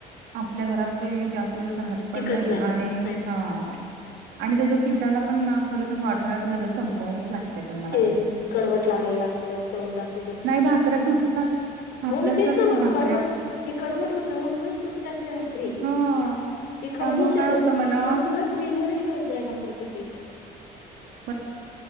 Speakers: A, on the right; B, on the left.
A: आपल्या घरात ते जास्त दिवस राहत पण
B: टिकत
A: नाही आणि
B: नाही
A: हा आणि त्याच्या पिित्याला पण ना खरं सांगू आठवड्यात लगच संपवावंच लागतं पण मला
B: ते कडवट लागायला लागतं चव जाते त्याची
A: नाही भाकऱ्या तुटतात थापल्याच
B: हो मग तेच
A: जात
B: ना
A: नाहीत
B: मग
A: भाकऱ्या
B: कडव ते कडवट होतं म्हणूनच तुटतात त्या भा भाकरी
A: हा
B: ते खाऊन
A: त्यामुळं
B: शकत
A: काय होतं मला
B: मग तुक ना फ्रीज मध्ये ठेवत जाय भाकरीचं पीठ
A: ह